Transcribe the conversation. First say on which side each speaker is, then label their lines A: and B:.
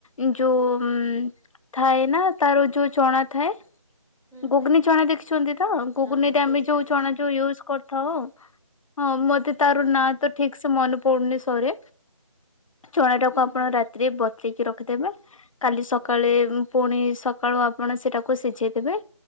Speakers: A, on the left (about 85°); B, in the centre.
A: ଏ ଯୋଉ ଥାଏ ନା ତାର ଯୋଉ ଚଣା ଥାଏ।
B: <inaudible>
A: ଗୁଗୁନି
B: ହୁଁ
A: ଚଣା ଦେଖିଚନ୍ତି ତ ଗୁଗୁନିରେ
B: ହଁ ହଁ
A: ଆମେ
B: ଦେଖିଛି
A: ଯୋଉ
B: ଦେଖିଛି
A: ଚଣା ଯୋଉ ୟୁଜ କରିଥାଉ। ହଁ ମତେ
B: ଆଜ୍ଞା
A: ତାର
B: ଆଜ୍ଞା
A: ନାଁ ତ ଠିକ୍ ସେ ମନେ ପଡୁନି ସରେ ଚଣା ଟାକୁ
B: ହୁଁ
A: ଆପଣ
B: ହୁଁ
A: ରାତିରେ ବ ଇକି ରଖିଦେବେ କାଲି ସକାଳେ
B: ହୁଁ
A: ପୁଣି ସକାଳୁ ଆପଣ ସେଇଟାକୁ ସିଝେଇଦେବେ।